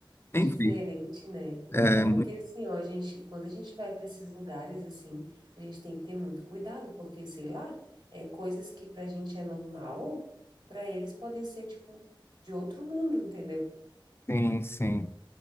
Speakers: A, on the left; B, on the right.
A: Enfim,
B: Diferente, né?
A: é,
B: É porque assim, ó, a gente, quando a gente vai para esses lugares assim, a gente tem que ter muito cuidado, porque sei lá, é coisas que pra gente é normal, pra eles podem ser tipo de outro mundo, entendeu?
A: sim, sim.